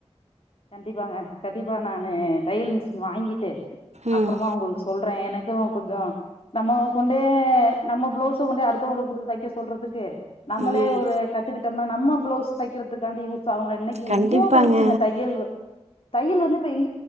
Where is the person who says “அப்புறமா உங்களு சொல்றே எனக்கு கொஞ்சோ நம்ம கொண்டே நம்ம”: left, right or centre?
Left